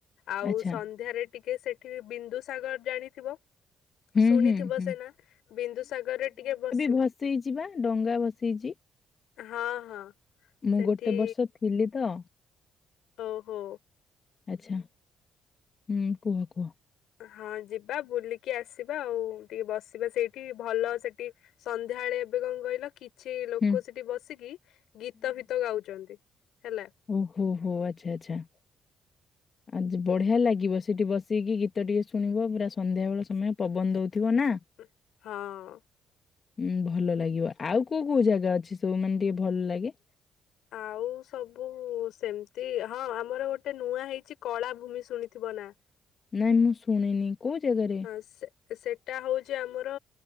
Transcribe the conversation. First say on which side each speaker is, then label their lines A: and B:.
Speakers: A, on the left; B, on the left.
A: ଆଉ
B: ଆଚ୍ଛା
A: ସନ୍ଧ୍ୟାରେ ଟିକେ ସେଠି ବିନ୍ଦୁସାଗର ଜାଣିଥିବ।
B: ହୁଁ
A: ଶୁଣିଥିବ
B: ହୁଁ ହୁଁ।
A: ସେ ନାଁ ବିନ୍ଦୁସାଗରରେ ଟିକେ ବସି
B: ଭସେଇଚି ବା ଡଙ୍ଗା ଭସେଇଚି
A: ହଁ ହଁ
B: ମୁଁ
A: ସେଠି
B: ଗୋଟେ ବର୍ଷ ଥିଲି ତ।
A: ଓ ହୋ।
B: ଆଚ୍ଛା ହୁଁ କୁହ କୁହ?
A: ହଁ ଯିବା ବୁଲିକି ଆସିବା ଆଉ ଟିକେ ବସିବା ସେଇଠି ଭଲ ସେଠି। ସନ୍ଧ୍ୟାବେଳେ ଏବେ କଣ କହିଲ କି କିଛି ଲୋକ
B: ହୁଁ
A: ସେଠି ବସିକି ଗୀତ ଫିତ ଗାଉଚନ୍ତି ହେଲା।
B: ଓ ହୋ ହୋ ଆଚ୍ଛା ଆଚ୍ଛା। ଆଜି ବଢିଆ ଲାଗିବ ସେଠି ବସିକି ଗୀତ ଟିକେ ଶୁଣିବ ପୁରା ସନ୍ଧ୍ୟାବେଳ ସମୟ ପବନ ଦଉଥିବ ନାଁ?
A: ହଁ।
B: ଉୁଁ ଭଲ ଲାଗିବ ଆଉ କୋଉ କୋଉ ଜାଗା ଅଛି ସବୁ ମାନେ ଟିକେ ଭଲ ଲାଗେ।
A: ଆଉ ସବୁ ସେମିତି ହଁ ଆମର ଗୋଟେ ନୂଆ ହେଇଚି କଳାଭୂମି ଶୁଣିଥିବ ନାଁ?
B: ନାଇଁ ମୁଁ ଶୁଣିନି। କୋଉ ଜାଗାରେ?
A: ହଁ ସେ ସେଟା ହଉଚି ଆମର